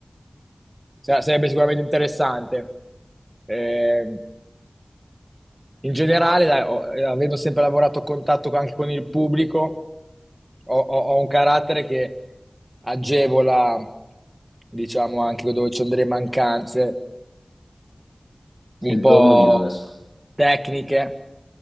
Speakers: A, on the right (about 25°); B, on the left (about 60°).
A: sa- sarebbe sicuramente interessante. Eh, in generale, dai, ho- eh, avendo sempre lavorato a contatto co- anche con il pubblico, ho, ho- ho un carattere che agevola, diciamo, anche dove ci sono delle mancanze
B: Sempre
A: un po'
B: Omolino adesso.
A: tecniche,